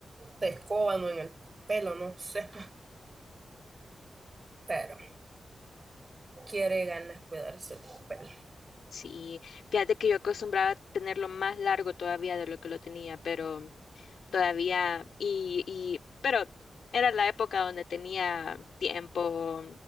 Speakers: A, on the right; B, on the left.
A: te escoban o en el pelo, no sé. Pero quiere ganas cuidarse el pelo.
B: Sí, fíjate que yo acostumbraba a tenerlo más largo todavía de lo que lo tenía, pero... todavía y, y pero era la época donde tenía tiempo,